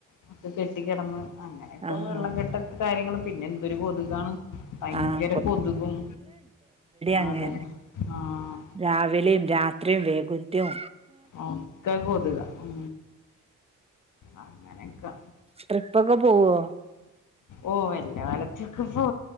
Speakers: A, on the left (about 80°); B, on the right (about 20°).
A: നക്ക കെട്ടിക്കിടന്ന് അങ്ങനെയൊക്കെ
B: ആഹ്
A: വെള്ളംകെട്ടൊക്കെ കാര്യങ്ങള് പിന്നെ എന്തൊരു കൊതുകാണ് ഭയങ്കര
B: ആഹ്
A: കൊതുകും
B: അങ്ങെ
A: അതന്നെ ആഹ്
B: രാവിലെയും രാത്രിയും വേകത്വും
A: ആക്ക കൊതുക ഉ അങ്ങനെയക്കെ
B: ട്രിപ്പൊക്കെ പോവോ
A: ഓ വല്ലകാലത്തക്കെ പോ